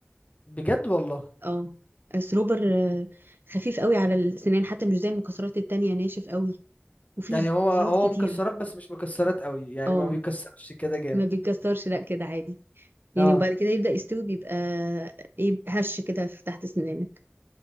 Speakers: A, on the left; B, on the right.
A: بجد والله
B: اه الصنوبر آه، خفيف قوي على السنان حتى مش زي المكسرات التانية ناشف قوي وفي
A: يعني
B: ز-
A: هو
B: زيوت
A: هو
B: كتير
A: مكسرات بس مش مكسرات قوي يعني
B: اه
A: ما بيكسرش كده جامد
B: ما بيتكسرش لا كده عادي يعني
A: اه
B: وبعد كده يبدأ يستوي بيبقى ايه هش كده في تحت سنانك